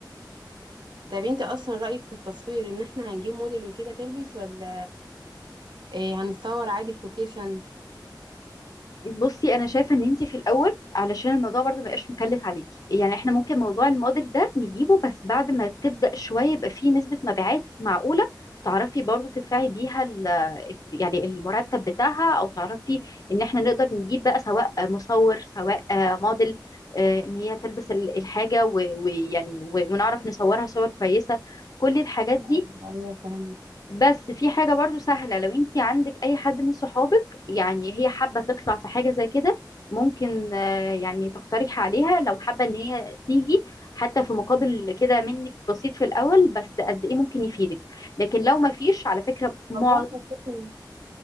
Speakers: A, on the right; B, on the left.
A: طب انت اصلا رأيك في التصوير ان احنا هنجيب موديل وكده تلبس ولا ايه هنتصور عادي في لوكيشن
B: بصي انا شايفه ان انت في الاول علشان الموضوع برضو ما يبقاش مكلف عليكي يعني احنا ممكن موضوع الموديل ده نجيبه بس بعد ما تبدا شويه يبقى فيه نسبه مبيعات معقوله تعرفي برضو تدفعي بيها ال ال- يعني المرتب بتاعها او تعرفي ان احنا نقدر نجيب بقى سواء مصور سواء آه، موديل آه، ان هي تلبس ال- الحاجه و- ويعني و- ونعرف نصورها صور كويسه كل الحاجات دي
A: ايوه ايوه فهمت
B: بس في حاجة برضو سهلة لو انت عندك اي حد من صحابك يعني هي حابة تطلع في حاجة زي كده ممكن آه، يعني تقترح عليها لو حابة ان هي تيجي حتى في مقابل كده منك بسيط في الاول بس قد ايه ممكن يفيدك لكن لو ما فيش على فكرة مع...
A: والله هشوف